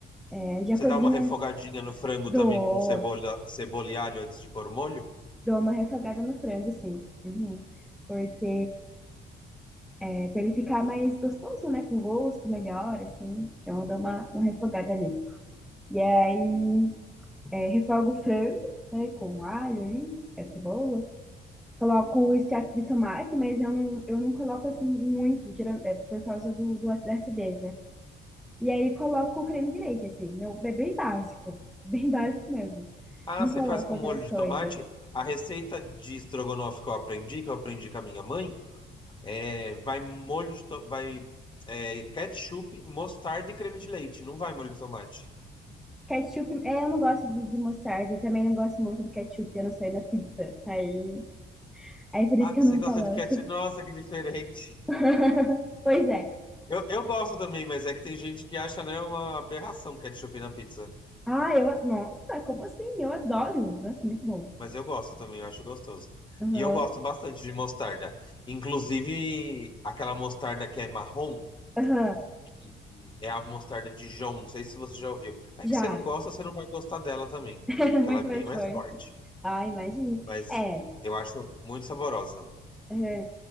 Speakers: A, in the centre; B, on the left.
A: É, já
B: Você
A: cozinha?
B: dá uma refogadinha no frango
A: Dou,
B: também com cebola, cebola e alho antes de pôr molho?
A: dou uma refogada no frango, sim. Uhum. Porque é, pra ele ficar mais gostoso, né? Com gosto melhor, assim. Então eu dou uma, uma refogada nele. E aí, é, refogo o frango, né? Com alho ali, a cebola. Coloco o extrato de tomate, mas eu não, eu não coloco assim muito, geral- é, por causa do, do, ac- da acidez, né? E aí coloco o creme de leite, assim. Meu, é bem básico. <laughs> Bem básico mesmo.
B: Ah,
A: Não
B: você
A: coloco
B: faz com
A: outras
B: molho de
A: coisas.
B: tomate? A receita de estrogonofe que eu aprendi, que eu aprendi com a minha mãe, É, vai molho de to- vai é, ketchup, mostarda e creme de leite. Não vai molho de tomate.
A: Ketchup, é, eu não gosto de, de mostarda, eu também não gosto muito de ketchup, eu não sei na pizza. Aí, aí por isso
B: Ah,
A: que
B: você
A: eu não
B: gosta
A: coloco.
B: de ketchup? Nossa, que diferente.
A: <laughs> Pois é.
B: Eu, eu gosto também, mas é que tem gente que acha, né, uma aberração ketchup na pizza.
A: Ah, eu, nossa, como assim? Eu adoro. Nossa, muito bom.
B: Mas eu gosto também, eu acho gostoso.
A: Aham,
B: E eu gosto bastante de mostarda. Inclusive, aquela mostarda que é marrom,
A: aham,
B: que é a mostarda Dijon, não sei se você já ouviu. É
A: já.
B: que você não gosta, você não vai gostar dela também,
A: <laughs>
B: que
A: Muito
B: ela é
A: mais
B: bem mais
A: forte.
B: forte.
A: Ah, imagino.
B: Mas
A: É,
B: eu acho muito saborosa.
A: aham.